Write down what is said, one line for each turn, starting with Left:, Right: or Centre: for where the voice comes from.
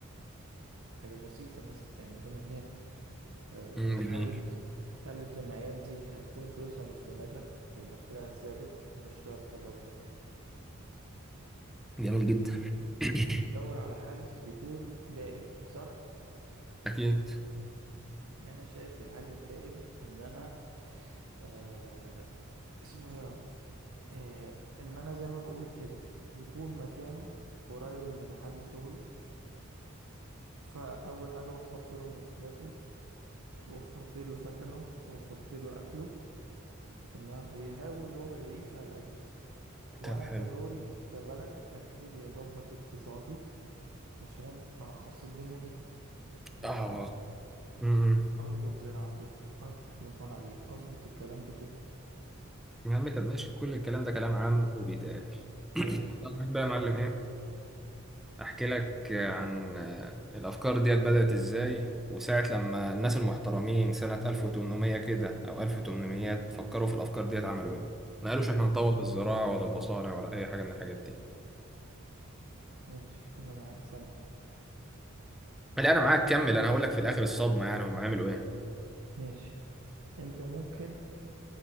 Right: حاجة بسيطة مثلا تعمل جمعيات طيب
Centre: مم، جميل
Right: هل الج- هل الجمعيات دي هتكون فلوسها مستمرة أو دخلها ثابت مش شرط برضو
Centre: جميل جدا
Right: فأنت
Centre: <coughs>
Right: بتدور على حل يكون دائم صح؟
Centre: أكيد
Right: يعني أنا شايف الحل الدائم إن أنا آه اسمه إيه يا ربي آه إن أنا زي ما بقول كده يكون مكانه قريب من محل شغله فأول حاجة وفرت له مواصلاته وفرت له سكنه وفرت له أكله تمام ويحاول هو يعيش على قد وانا
Centre: طب حلو
Right: كدوري كبلد ابتدي اظبط اقتصادي عشان ارخص الدنيا دي بمعنى
Centre: آه أمم.
Right: اظبط زراعتي اظبط مصانعي اظبط الكلام ده كله
Centre: يا عم طب ماشي كل الكلام ده كلام عام وبيتقال <coughs>
Right: حلو
Centre: <clears throat> طب بقى يا معلم إيه أحكي لك عن آه، الأفكار ديت بدأت إزاي وساعة لما الناس المحترمين سنة 1800 كده أو 1800 فكروا في الأفكار ديت عملوا إيه ما قالوش
Right: حلو
Centre: إحنا نطور الزراعة ولا المصانع ولا أي حاجة من الحاجات دي
Right: ماشي انا معاك سامع
Centre: لا أنا معاك كمل أنا هقول لك في الآخر الصدمة يعني هم عملوا إيه
Right: ماشي انت ممكن